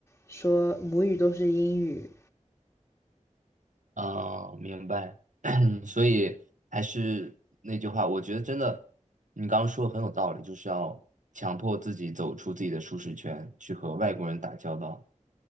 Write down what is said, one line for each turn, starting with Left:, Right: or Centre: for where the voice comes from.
Left: 说母语都是英语，
Right: 啊，明白。<clears throat> 所以还是那句话，我觉得真的，你刚刚说的很有道理，就是要强迫自己走出自己的舒适圈，去和外国人打交道。